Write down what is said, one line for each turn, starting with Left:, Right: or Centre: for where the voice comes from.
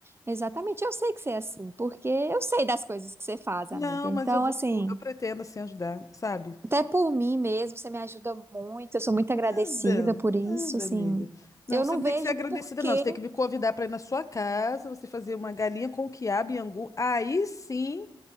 Right: Exatamente, eu sei que você é assim, porque eu sei das coisas que você faz,
Left: Não,
Right: amiga. Então,
Left: mas eu vou,
Right: assim,
Left: eu pretendo assim ajudar, sabe?
Right: até por mim mesmo, você me ajuda muito, eu sou muito agradecida
Left: Nada,
Right: por isso,
Left: nada,
Right: assim.
Left: amiga. Não,
Right: Eu
Left: você
Right: não
Left: não
Right: vejo
Left: tem que ser agradecida,
Right: por quê,
Left: não. Você tem que me convidar para ir na sua casa, você fazer uma galinha com quiabo e angu. Aí sim